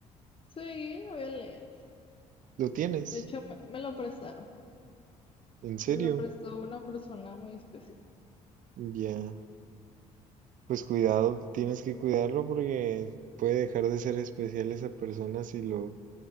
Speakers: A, on the left (about 35°); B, on the right (about 60°).
A: Sí, lo voy a leer.
B: ¿Lo tienes?
A: De hecho, me, me lo prestaron.
B: ¿En serio?
A: Me lo prestó una persona muy especial.
B: Ya. Pues cuidado, tienes que cuidarlo porque puede dejar de ser especial esa persona si lo